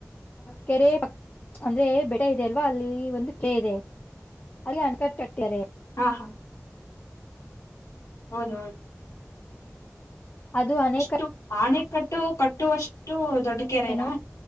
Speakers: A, on the left; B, on the left.
A: ಕೆರೆ ಪಕ್ ಅಂದ್ರೆ ಬೆಟ್ಟ ಇದೆ ಅಲ್ವಾ ಅಲ್ಲಿ ಒಂದು ಕೆರೆ ಇದೆ ಅಲ್ಲಿ ಅನ್ಕ ಕಟ್ಟಾರೆ
B: ಹಾ ಹಾ ಹೌದ ಹೌದು
A: ಅದು ಅಣೆಕಟ್ಟು
B: ಅಷ್ಟು ಪಾಣಿ ಕಟ್ಟು ಕಟ್ಟುವಷ್ಟು ದೊಡ್ಡ ಕೆರೆನಾ
A: ಏನೋ